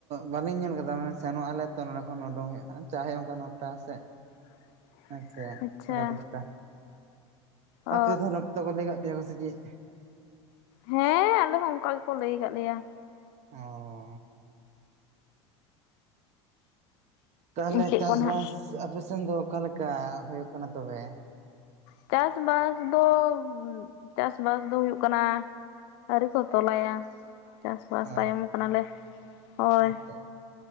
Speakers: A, on the right; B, on the left.
A: ᱵᱟᱞᱤᱧ ᱧᱮᱞ ᱠᱟᱫᱟ ᱢᱟᱱᱮ ᱥᱮᱱᱚᱜ ᱟᱞᱮ ᱛᱚ ᱱᱚᱸᱰᱮ ᱠᱷᱚᱱ ᱩᱰᱩᱠ ᱦᱩᱭᱩᱜᱼᱟ ᱪᱟᱦᱮ ᱦᱩᱭᱩᱜ ᱚᱱᱠᱟ ᱱᱚᱴᱟ ᱥᱮᱫ
B: <inaudible>
A: ᱦᱮᱥᱮ
B: ᱟᱪᱪᱷᱟ
A: ᱥᱟᱲᱮ ᱫᱚᱥᱴᱟ
B: ᱚ
A: ᱟᱯᱮ ᱫᱚ ᱛᱟᱦᱞᱮ ᱛᱚ ᱠᱚ ᱞᱟᱹᱭ ᱠᱟᱜ ᱯᱮᱭᱟ ᱥᱮ ᱪᱮᱫ
B: ᱦᱮᱸ ᱟᱞᱮ ᱦᱚᱸ ᱚᱱᱠᱟ ᱜᱮᱠᱚ ᱞᱟᱹᱭ ᱠᱟᱜ ᱞᱮᱭᱟ
A: ᱚᱻ ᱛᱟᱦᱚᱞᱮ
B: ᱪᱮᱫ
A: ᱪᱟᱥᱵᱟᱥ
B: ᱠᱚ ᱱᱟᱦᱟᱜ
A: ᱟᱯᱮ ᱥᱮᱱ ᱫᱚ ᱚᱠᱟᱞᱮᱠᱟ ᱦᱩᱭᱩᱜ ᱠᱟᱱᱟ ᱛᱚᱵᱮ?
B: ᱪᱟᱥᱵᱟᱥ ᱫᱚ ᱪᱟᱥ ᱵᱟᱥ ᱫᱚ ᱦᱩᱭᱩᱜ ᱠᱟᱱᱟ ᱟᱹᱨᱤ ᱠᱚ ᱛᱚᱞᱟᱭᱟ ᱪᱟᱥᱵᱟᱥ
A: ᱚ
B: ᱛᱟᱭᱚᱢ ᱠᱟᱱᱟᱞᱮ ᱦᱳᱭ
A: ᱟᱪᱪᱷᱟ